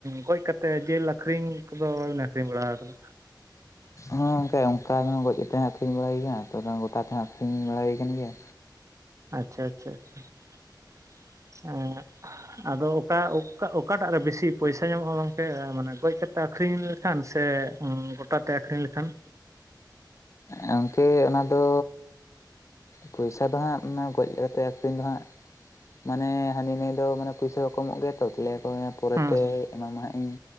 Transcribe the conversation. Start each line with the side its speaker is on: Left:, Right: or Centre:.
Right: ᱜᱚᱡ ᱠᱟᱛᱮᱫ ᱡᱤᱞ ᱟᱠᱷᱨᱤᱧ ᱠᱚᱫᱚ ᱵᱟᱵᱤᱱ ᱟᱠᱷᱨᱤᱧ ᱵᱟᱲᱟ ᱟᱠᱟᱫᱟ?
Left: ᱦᱚᱸᱮᱸᱠᱮ ᱚᱱᱠᱟ ᱜᱚᱡ ᱠᱟᱛᱮ ᱦᱚᱸ ᱟᱠᱷᱨᱤᱧ ᱵᱟᱲᱟᱭ ᱜᱮᱭᱟ ᱛᱚ ᱜᱚᱴᱟ ᱛᱮᱦᱚᱸ ᱟᱠᱷᱨᱤᱧ ᱵᱟᱲᱟᱭ ᱠᱟᱱ ᱜᱮᱭᱟ᱾
Right: ᱟᱪᱪᱷᱟ ᱟᱪᱪᱷᱟ ᱟᱪᱪᱷᱟ <unintelligible> ᱟᱫᱚ ᱚᱠᱟ ᱚᱠᱟ ᱚᱠᱟᱴᱟᱜ ᱨᱮ ᱵᱮᱥᱤ ᱯᱚᱭᱥᱟ ᱧᱟᱢᱚᱜᱼᱟ ᱜᱚᱝᱠᱮ ᱢᱟᱱᱮ ᱜᱚᱡ ᱠᱟᱛᱮᱫ? ᱟᱠᱷᱨᱤᱧ ᱞᱮᱠᱷᱟᱱ ᱥᱮ ᱜᱚᱴᱟ ᱛᱮ ᱟᱠᱷᱨᱤᱧ ᱞᱮᱠᱷᱟᱱ?
Left: ᱜᱚᱝᱠᱮ ᱚᱱᱟ ᱫᱚ ᱯᱚᱭᱥᱟ ᱫᱚ ᱦᱟᱜ ᱜᱚᱡ ᱛᱮ ᱟᱹᱠᱷᱨᱤᱧ ᱫᱚ ᱦᱟᱸᱜ ᱢᱟᱱᱮ ᱦᱟᱹᱱᱤᱼ ᱱᱟᱹᱭ ᱫᱚ ᱢᱟᱱᱮ ᱯᱩᱭᱥᱟᱹ ᱦᱚᱸ ᱠᱚᱢᱚᱜ ᱜᱮᱭᱟ ᱛᱚ ᱛᱞᱮᱭᱟᱠᱚ ᱯᱚᱨᱮᱛᱮ
Right: ᱦᱩᱸ
Left: ᱮᱢᱟᱢᱟ ᱦᱟᱸᱜ ᱤᱧ